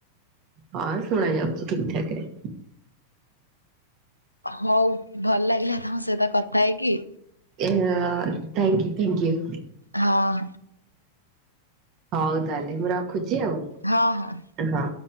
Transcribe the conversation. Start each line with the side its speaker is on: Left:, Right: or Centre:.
Right: ହଁ ଶୁଣା ଯାଉଛି ଠିକ୍ ଠାକ ରେ।
Left: ହଉ ଭଲ ଲାଗିଲା ତୋମ ସହିତ କଥା ହେଇକି।
Right: ଏ ଆ, ଥ୍ୟାଙ୍କ ୟୁ ଥ୍ୟାଙ୍କ ୟୁ।
Left: ହଁ।
Right: ହଉ ତାହେଲେ ମୁଁ ରଖୁଛି ଆଉ।
Left: ହଁ, ହଁ।
Right: ଏ ହଁ।